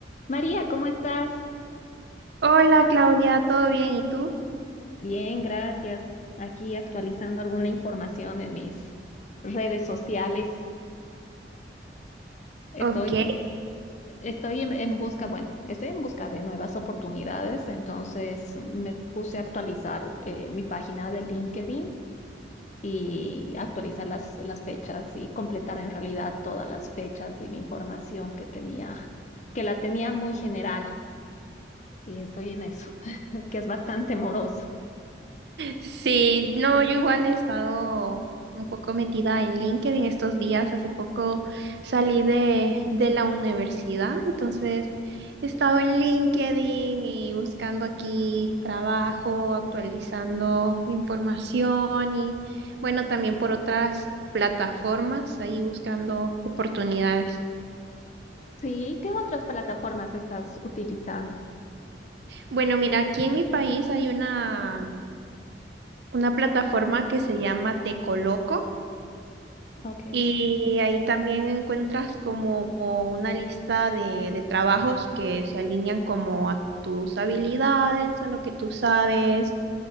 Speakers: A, on the left; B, on the right.
A: María, ¿cómo estás?
B: Hola Claudia, ¿todo bien? ¿Y tú?
A: Bien, gracias. Aquí actualizando alguna información en mis redes sociales. Estoy,
B: Ok.
A: estoy en, en busca, bueno, estoy en busca de nuevas oportunidades, entonces me puse a actualizar eh, mi página de LinkedIn y actualizar las, las fechas y completar en realidad todas las fechas y la información que tenía, que la tenía muy general y estoy en eso, <laughs> que es bastante moroso.
B: Sí, no, yo igual he estado un poco metida en LinkedIn estos días. Hace poco salí de, de la universidad, entonces he estado en LinkedIn y buscando aquí trabajo, actualizando información y bueno, también por otras plataformas, ahí buscando oportunidades.
A: Sí, ¿qué otras plataformas estás utilizando?
B: Bueno, mira, aquí en mi país hay una una plataforma que se llama Te Coloco
A: Ok.
B: y ahí también encuentras como una lista de, de trabajos que se alinean como a tus habilidades, a lo que tú sabes.